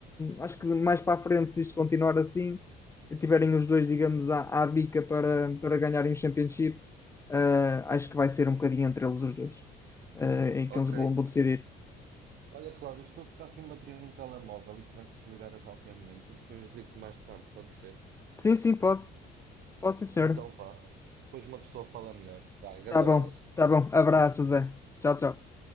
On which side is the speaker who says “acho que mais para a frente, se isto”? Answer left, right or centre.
Left